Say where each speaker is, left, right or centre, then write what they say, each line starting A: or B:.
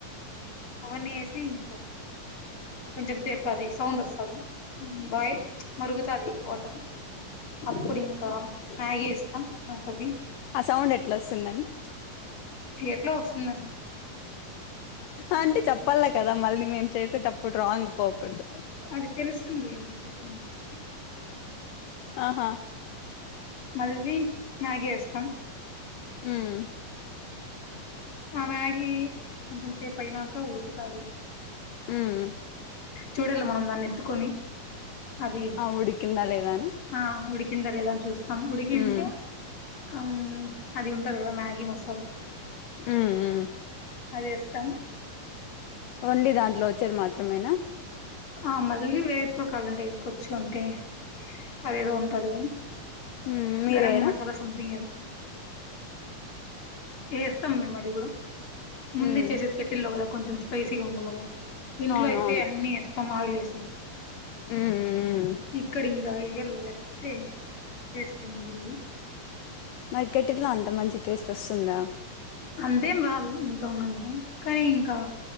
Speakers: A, on the left (about 35°); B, on the left (about 75°).
A: అవన్నీ వేసి ఇంకా కొంచెం సేపు అది సౌండ్ వస్తది బాయ మరుగుతది వాటరు అప్పుడు ఇంకా మ్యాగీ ఏస్తాం దాంట్లోకి
B: ఆ సౌండ్ ఎట్లా వస్తుందండి
A: ఎట్లా వస్తుందండి
B: అంటే చెప్పాల కదా మళ్ళీ మేము చేసేటప్పుడు రాంగ్ పోకూడదు
A: అది తెలుస్తుందిలె మీకే సౌండ్ వస్తది
B: ఆహా
A: మళ్ళీ మ్యాగీ వేస్తాం
B: మ్మ్
A: ఆ మ్యాగీ కొంచం సేపైనాక ఉడుకుతాది
B: మ్మ్
A: చూడాలి మనం దాన్ని ఎత్తుకొని అది
B: ఆ ఉడికింద లేదా అని
A: ఆ ఉడికింద లేద అని చూస్తాం ఉడికింటే
B: హ్మ్
A: ఆమ్ అది ఉంటది కదా మ్యాగీ మసాలా
B: మ్మ్ మ్మ్ మ్మ్
A: అది ఏస్తాం
B: ఓన్లీ దాంట్లో వచ్చేది మాత్రమేనా
A: ఆ మళ్ళీ వేయొచ్చు కాలంటే వేసుకోచ్చు అంటే అదేదో ఉంటది కదా
B: హ్మ్ మీరేయరా
A: గరం మసాలా సథింగ్ ఏదో వేస్తాం మేము అది కూడా ముందే
B: హ్మ్
A: చేసేది కెట్టిల్లో కదా కొంచెం స్పైసీగా ఉండల్ల కదా ఇంట్లో
B: అవునవును
A: అయితే అన్ని ఏస్తాం ఆయిల్ ఏసీ
B: మ్మ్ మ్మ్ మ్మ్
A: ఇక్కడ ఇంగ ఎయ్యాళ్ళ లేకపోతే టేస్ట్ ఏమి ఉండదు అది
B: మరి కెటిల్ లో అంత మంచి టేస్ట్ వస్తుందా
A: అంతేం రాదు ఇంట్లో ఉన్నంత కానీ ఇంకా